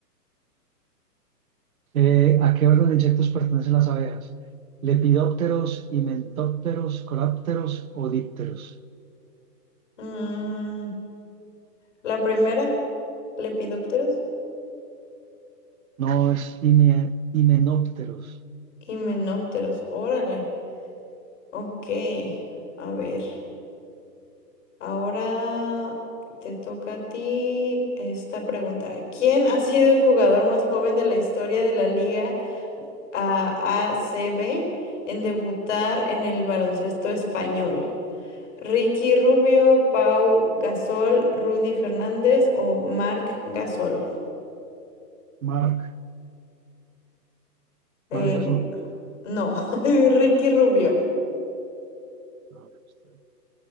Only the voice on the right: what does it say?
Eh, ¿a qué orden de insectos pertenecen las abejas? ¿Lepidópteros, himenópteros, colápteros o dípteros?
No, es hime- himenópteros.
Marc,
Margasol.
A ver usted.